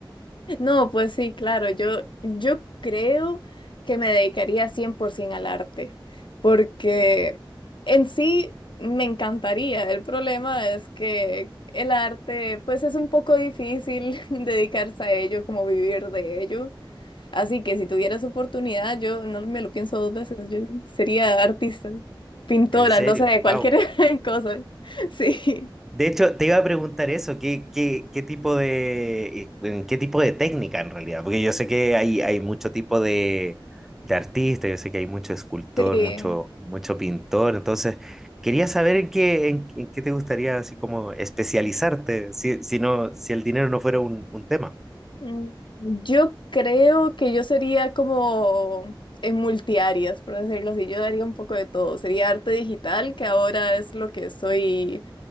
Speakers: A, on the left; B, in the centre.
A: No, pues sí, claro, yo, yo creo que me dedicaría 100% al arte, porque en sí me encantaría. El problema es que el arte, pues es un poco difícil <laughs> dedicarse a ello, como vivir de ello. Así que si tuviera esa oportunidad, yo no me lo pienso dos veces, yo sería artista, pintora,
B: En serio,
A: no sé,
B: wow.
A: cualquier <laughs> cosa. Sí,
B: De hecho, te iba a preguntar eso, ¿qué, qué, qué tipo de, en qué tipo de técnica en realidad? Porque yo sé que hay, hay mucho tipo de, de artista, yo sé que hay mucho escultor,
A: sí.
B: mucho, mucho pintor, entonces quería saber en qué, en, en qué te gustaría así como especializarte, si, si no, si el dinero no fuera un, un tema.
A: Mm, Yo creo que yo sería como en multiáreas, por decirlo así, yo daría un poco de todo. Sería arte digital, que ahora es lo que estoy